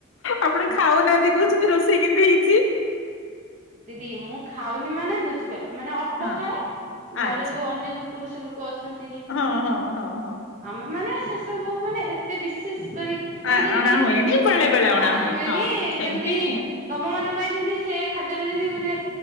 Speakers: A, on the left; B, on the right.
A: ଆପଣ ଖାଉନାହାନ୍ତି କହୁଛନ୍ତି ରୋଷେଇ କେମିତି ହେଇଛି।
B: ଦିଦି ମୁଁ ଖାଉନି ମାନେ ବୁଝିପାରିଲେ ମାନେ ଅ
A: ହଁ
B: ପ ଖାଏ ଘରେ
A: ଆଚ୍ଛା
B: ଯୋଉ ଅନ୍ୟ ଯୋଉ ପୁରୁଷ ଲୋକ ଅଛନ୍ତି
A: ହଁ ହଁ ହଁ ହଁ।
B: ଆମେ ମାନେ ସେ ସବୁ ମାନେ ଏତେ ବିଶେଷ କରି ମାନେ
A: ଆ
B: ଯେମିତି
A: ଅଣା ହୁଏନି ବେଳେ ବେଳେ
B: ଅଣା
A: ହୁଏ
B: ହୁଏନି
A: ହଁ ହଁ ସେମିତି
B: ଯେମତି
A: ହିଁ।
B: ତମ ମାନଙ୍କ ପାଇଁ ଯେମିତି ସେ ଖାଦ୍ୟ ଟା ଯେମିତି ଗୋଟେ